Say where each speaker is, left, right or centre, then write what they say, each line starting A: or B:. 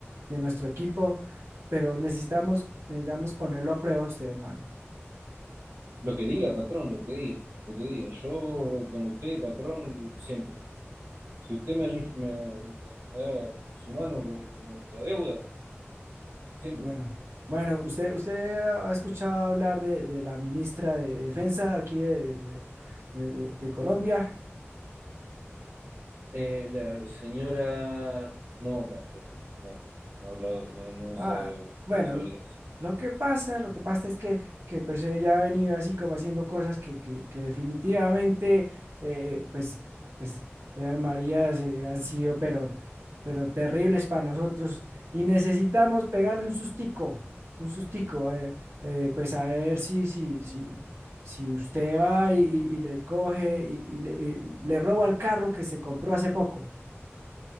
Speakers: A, on the right; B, on the right.
A: de nuestro equipo, pero necesitamos, necesitamos ponerlo a prueba a usted, hermano.
B: Lo que diga, patrón, lo que diga, lo que diga. Yo con usted, patrón, siempre. Si usted me, ayu- me- me da su mano con, con la deuda, siempre.
A: Bueno, bueno, usted, usted ha escuchado hablar de, de la ministra de Defensa aquí de, de de, de, de Colombia,
B: Eh, la señora, no, patrón, no, no ha hablado, no, no,
A: Ah,
B: sabe-
A: bueno,
B: no sabría
A: lo,
B: decir.
A: lo que pasa, lo que pasa es que, que pues ella ha venido así como haciendo cosas que, que, que definitivamente, eh, pues, pues, Eva María se- han sido, pero, pero terribles para nosotros y necesitamos pegarle un sustico, un sustico, eh, eh, pues a ver si, si, si, si usted va y, y- y le coge y, y le, y le roba el carro que se compró hace poco.